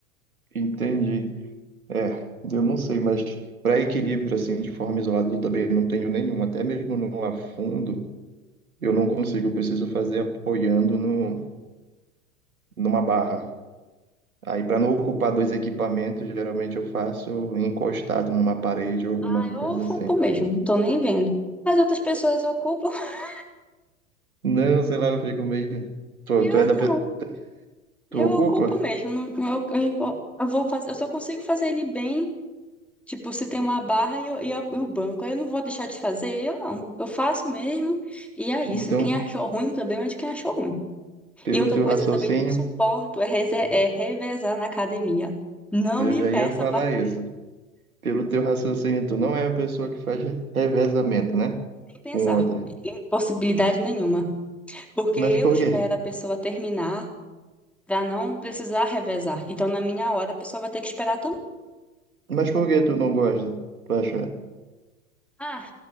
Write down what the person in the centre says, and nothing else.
Ah, eu ocupo
mesmo, não tô nem vendo. Mas outras pessoas ocupam, <laughs>
eu
não, eu
ocupo mesmo, não, não- eu, eu, impo- eu vou fazer, eu só consigo fazer ele bem Tipo, se tem uma barra e, eu- e a- e o banco, aí eu não vou deixar de fazer, eu não. Eu faço mesmo, e é isso.
Quem achou ruim, o problema é de quem achou ruim.
E outra
coisa
que eu também não suporto é, reze- é revezar na academia. Não
me
peça
para
nem pensar,
em possibilidade nenhuma. Porque
eu
espero
a pessoa terminar para não precisar revezar. Então, na minha hora, a pessoa vai ter que esperar também.
Ah,